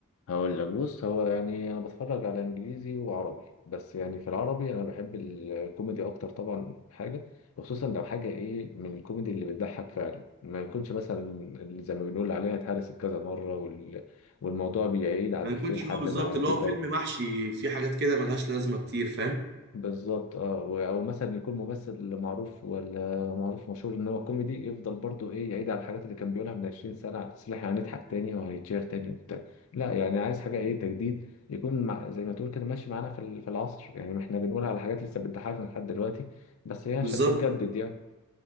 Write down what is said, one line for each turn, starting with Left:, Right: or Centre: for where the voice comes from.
Left: هقول لك بص هو يعني انا بتفرج على انجليزي وعربي بس يعني في العربي انا بحب الكوميدي اكتر طبعا حاجه خصوصا لو حاجه ايه من الكوميدي اللي بتضحك فعلا ما يكونش مثلا اللي زي ما بنقول عليها اتهرست كذا مره وال... والموضوع بيعيد على
Right: ما
Left: الإفيه
Right: يكونش
Left: لحد
Right: هو بالظبط
Left: ما
Right: اللي
Left: تتضايق
Right: هو فيلم محشي فيه حاجات كده ملهاش لازمه كتير فاهم
Left: بالظبط اه و- او مثلا يكون ممثل معروف ولا معروف مشهور ان هو كوميدي يفضل برضو ايه يعيد على الحاجات اللي كان بيقولها من 20 سنه على اساس إن احنا هنضحك تاني وهيتشير تاني وبتاع لا يعني عايز حاجه ايه تجديد يكون مع زي ما تقول كده ماشي معانا في ال- في العصر يعني احنا بنقول على حاجات لسه بتضحكنا لحد دلوقتي بس هي عشان
Right: بالظبط
Left: بنجدد يعني